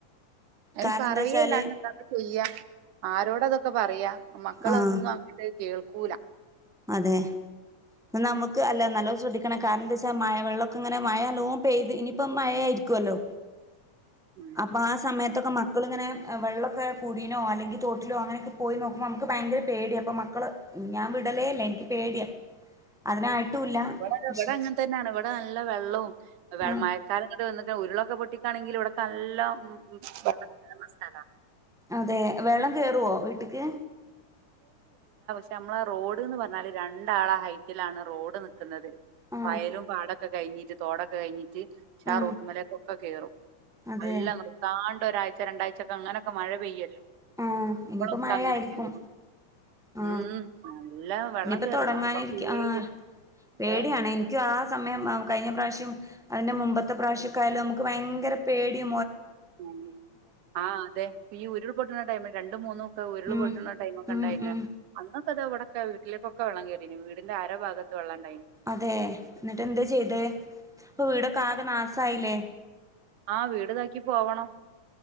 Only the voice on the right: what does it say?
അതിന്
പറയല്ല
എന്താപ്പ ചെയ്യാ ആരോടതൊക്കെ ക്കെ പറയാ മക്കളൊന്നും
അങ്ങട്ട് കേൾക്കൂല
ഉം
ഇവിടെ ഇവിടെ
അങ്ങനെ തന്നെയാണ് ഇവിടെ നല്ല വെള്ളവും
മഴക്കാലം ഇങ്ങട്ട് വന്ന ക്കെ ഉരുളൊക്കെ പൊട്ടിക്കാണെങ്കിൽ ഇവിടെക്കെ നല്ലോം <unintelligible>
ക്ഷെ നമ്മളെ റോഡ് ന്ന് പറഞ്ഞാല് രണ്ടാള ഹൈറ്റിലാണ് റോഡ് നിക്കുന്നത്.
വയലും പാട കഴിഞ്ഞിട്ട് തോടെക്കെ കഴഞ്ഞി ഷാ
റൂട്ട് മേലക്ക കേറും
നല്ല നൃത്താ ഒരായ്ച രണ്ടാ്ചൊക്കെങ്ങനൊക്കെ മഴ പെയ്യല്ലോ
അപ്പോഴൊക്കെ
അങ്ങനെ കേറും
ഉം നല്ല വെള്ളം
കേറും
അപ്പൊ പേടിയാ
അതെ
ഉ ആ് അതെ ഈ ഉരുൾപൊട്ടണ ടൈമ രണ്ട മൂന്നും ഉരുൾ
പൊട്ടണ ടൈമ ഒക്കെ
ഉണ്ടായില്ല
അന്ന് അത അവിടക്ക വീലേക്കെ വെള്ളം കറീ വീടിന്റെ ആരഭാഗത്ത് വെം
ആഹ വീട് താക്കി പോവണം